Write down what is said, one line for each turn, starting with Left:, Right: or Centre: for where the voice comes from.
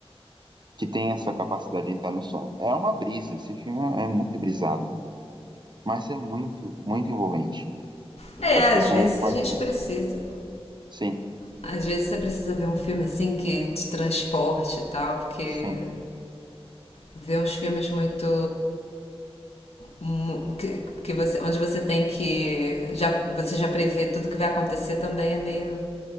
Right: que tem essa capacidade de entrar no sonho. É uma brisa, esse filme é muito brisado, mas é muito, muito envolvente.
Left: É,
Right: Eu te
Left: às
Right: recomendo
Left: vezes
Right: fortemente.
Left: a gente precisa.
Right: Sim,
Left: Às vezes você precisa ver um filme assim que te transporte e tal, porque
Right: sim.
Left: ver uns filmes muito mu- que, que você onde você tem que já você já prevê tudo que vai acontecer também é meio